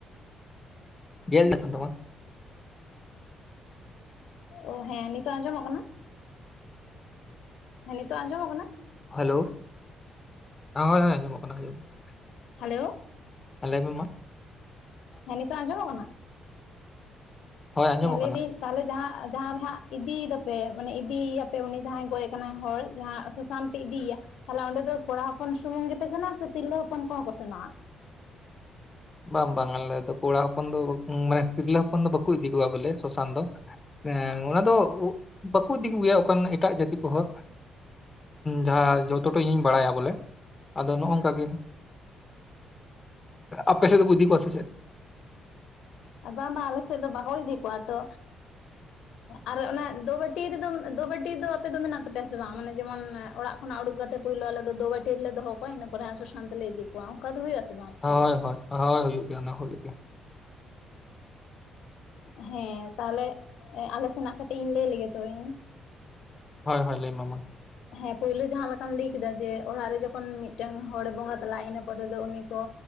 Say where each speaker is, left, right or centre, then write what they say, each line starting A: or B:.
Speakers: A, on the left; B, on the left.
A: <inaudible> ᱛᱟᱢᱟ᱾
B: ᱚ ᱦᱮᱸ ᱱᱤᱛᱚᱜ ᱟᱸᱡᱚᱢᱚᱜ ᱠᱟᱱᱟ? ᱦᱮᱸ ᱱᱤᱛᱚᱜ ᱟᱸᱡᱚᱢᱚᱜ ᱠᱟᱱᱟ?
A: ᱦᱮᱞᱳᱣ, ᱚᱸ ᱦᱳᱭ ᱦᱳᱭ ᱟᱸᱡᱚᱢᱚᱜ ᱠᱟᱱᱟ <inaudible> ᱾
B: ᱦᱮᱞᱳᱣ!
A: ᱦᱮᱸ ᱞᱟᱹᱭ ᱢᱮ ᱢᱟ ᱾
B: ᱦᱮᱸ ᱱᱤᱛᱚᱜ ᱟᱸᱡᱚᱢᱚᱜ ᱠᱟᱱᱟ?
A: ᱦᱳᱭ ᱟᱸᱡᱚᱢᱚᱜ
B: ᱦᱮᱸ ᱞᱮᱫᱤᱧ
A: ᱠᱟᱱᱟ
B: ᱛᱟᱦᱚᱞᱮ ᱡᱟᱦᱟᱸ ᱡᱟᱦᱟᱸ ᱨᱮ ᱦᱟᱸᱜ ᱤᱫᱤᱭ ᱫᱟᱯᱮ ᱢᱟᱱᱮ ᱤᱫᱤᱭᱮᱭᱟ ᱯᱮ ᱩᱱᱤ ᱡᱟᱦᱟᱸᱭ ᱜᱚᱡ ᱠᱟᱱᱟᱭ ᱦᱚᱲ ᱡᱟᱦᱟᱸ ᱥᱚᱥᱟᱱ ᱯᱮ ᱤᱫᱤᱭᱮᱭᱟ, ᱛᱟᱦᱚᱞᱮ ᱚᱸᱰᱮ ᱫᱚ ᱠᱚᱲᱟ ᱦᱚᱯᱚᱱ ᱥᱩᱢᱩᱝ ᱜᱮᱯᱮ ᱥᱮᱱᱚᱜᱼᱟ ᱥᱮ ᱛᱤᱨᱞᱟᱹ ᱦᱚᱯᱚᱱ ᱠᱚᱦᱚᱸ ᱠᱚ ᱥᱮᱱᱚᱜᱼᱟ?
A: ᱵᱟᱝ ᱵᱟᱝ ᱟᱞᱮ ᱫᱚ ᱠᱚᱲᱟ ᱦᱚᱯᱚᱱ ᱫᱚ ᱢᱟᱱᱮ ᱛᱤᱨᱞᱟᱹ ᱦᱚᱯᱚᱱ ᱫᱚ ᱵᱟᱠᱚ ᱤᱫᱤ ᱠᱚᱣᱟ ᱵᱚᱞᱮ ᱥᱚᱥᱟᱱ ᱫᱚ ᱾ ᱮᱸ ᱚᱱᱟ ᱫᱚ ᱵᱟᱠᱩ‌ ᱤᱫᱤ ᱠᱚ ᱜᱮᱭᱟ ᱚᱠᱟᱱᱟᱜ ᱮᱴᱟᱜ ᱡᱟᱹᱛᱤ ᱠᱚᱦᱚᱸ ᱾ ᱡᱟᱦᱟᱸ ᱡᱚᱛᱚᱴᱚ ᱤᱧᱤᱧ ᱵᱟᱲᱟᱭᱟ ᱵᱚᱞᱮ ᱟᱫᱚ ᱱᱚᱜᱼᱚᱝᱠᱟ ᱜᱮ ᱾ ᱟᱯᱮ ᱥᱮᱫ ᱫᱚᱠᱚ ᱤᱫᱤ ᱠᱚ‌ᱣᱟ ᱥᱮ ᱪᱮᱫ?
B: ᱵᱟᱝ ᱵᱟᱝ ᱟᱞᱮ ᱥᱮᱫ ᱫᱚ ᱵᱟᱠᱚ ᱤᱫᱤ ᱠᱚᱣᱟ ᱛᱚ ᱟᱨ ᱚᱱᱟ ᱫᱚᱵᱟᱹᱴᱤ ᱨᱮᱫᱚ ᱫᱚᱵᱟᱹᱴᱤ ᱫᱚ ᱟᱯᱮ ᱫᱚ ᱢᱮᱱᱟᱜ ᱛᱟᱯᱮᱭᱟ ᱥᱮ ᱵᱟᱝ ᱢᱟᱱᱮ ᱡᱮᱢᱚᱱ ᱚᱲᱟᱜ ᱠᱷᱚᱱᱟᱜ ᱩᱰᱩᱠ ᱠᱟᱛᱮ ᱯᱳᱭᱞᱳ ᱟᱞᱮ ᱫᱚ ᱫᱚᱵᱟᱹᱴᱤ ᱨᱮᱞᱮ ᱫᱚᱦᱚ ᱠᱚᱣᱟ ᱤᱱᱟᱹ ᱯᱚᱨᱮ ᱦᱟᱸᱜ ᱥᱚᱥᱟᱱ ᱛᱮᱞᱮ ᱤᱫᱤ ᱠᱚᱣᱟ ᱚᱱᱠᱟ ᱫᱚ ᱦᱳᱭᱳᱜᱼᱟ ᱥᱮ ᱵᱟᱝ? ᱟᱯᱮ
A: ᱦᱚᱭ
B: ᱥᱮᱫ
A: ᱦᱚᱭ ᱦᱚᱭ ᱦᱩᱭᱩᱜ ᱜᱮᱭᱟ ᱚᱱᱟ ᱦᱩᱭᱩᱜ ᱜᱮᱭᱟ ᱾
B: ᱦᱮᱸ ᱛᱟᱦᱞᱮ ᱟᱞᱮ ᱥᱮᱱᱟᱜ ᱠᱟᱹᱴᱤᱡ ᱤᱧ ᱞᱟᱹᱭ ᱞᱮᱜᱮ ᱛᱚᱵᱮ ᱤᱧ ᱾
A: ᱦᱚᱭ ᱦᱚᱭ ᱞᱟᱹᱭ ᱢᱮ ᱢᱟ᱾
B: ᱦᱮᱸ ᱯᱩᱭᱞᱩ ᱡᱟᱦᱟᱸ ᱞᱮᱠᱟᱢ ᱞᱟᱹᱭ ᱠᱮᱫᱟ ᱡᱮ ᱚᱲᱟᱜ ᱨᱮ ᱡᱚᱠᱷᱚᱱ ᱢᱤᱫᱴᱟᱝ ᱦᱚᱲᱮ ᱵᱚᱸᱜᱟ ᱛᱟᱞᱟᱜᱼᱟ ᱤᱱᱟᱹ ᱯᱚᱨᱮ ᱫᱚ ᱩᱱᱤ ᱠᱚ